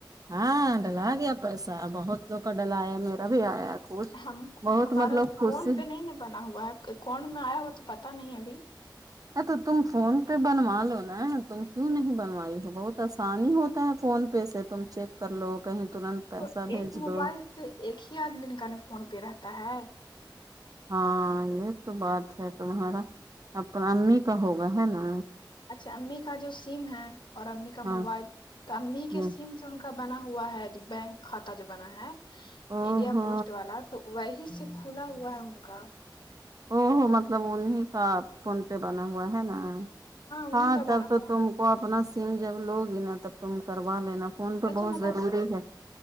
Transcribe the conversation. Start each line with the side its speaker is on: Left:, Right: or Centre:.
Right: ہاں ڈلا گیا پیسہ بہت لوگ کا ڈلایا میرا بھی آیا کچھ
Left: ہم
Right: بہت
Left: ہمارا
Right: مطلب خوشی
Left: فون پہ نہیں ن بنا ہوا ہے کوون میں آیا ہوا تو پتا نہیں ابھی
Right: ا تو تم فون پہ بنوا لو نا تم کیوں نہیں بنوائی ہو بہت آسانی ہوتا ہے فون پہ پی سے تم چیک کر لو کہیں ترنت پیسہ
Left: تو
Right: بھیج
Left: ایک موبائل
Right: دو
Left: سے ایک ہی آدمی نک ن فون پہ رہتا ہے
Right: ہاں یہ تو بات ہے تمہارا اپنا امی کا ہوگا ہے نا
Left: اچھا امی کا جو سم ہے اور امی کا
Right: ہاں
Left: موبائل تو امی کے
Right: ہ
Left: سم ان کا بنا ہوا ہے بینک کھاتہ جو بنا ہے
Right: او
Left: انڈیا
Right: ہو
Left: پوسٹ والا تو وہی سے کھلا ہوا ہے ان کا
Right: او ہو مطلب انیں کا فون پہ بنا ہوا ہے نا
Left: انہیں
Right: ہاں
Left: کا
Right: چب
Left: بنا
Right: تو
Left: ہوا
Right: تم وہ اپنا سم جب لوگی نا تب تم کروا لینا فون پہ
Left: اچھا
Right: بہت
Left: مطلب
Right: ضروری ہے